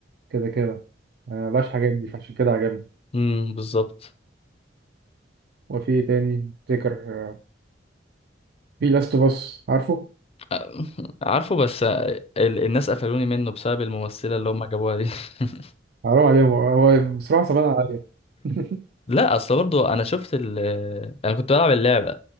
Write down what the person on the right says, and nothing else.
كده كده انا مبقاش حاجات دي فعشان كده عجبني
وفي إيه تاني افتكر آه، في لاست اوف اس عارفه
حرام عليهم هو هو بصراحه صعبان عليا <laughs>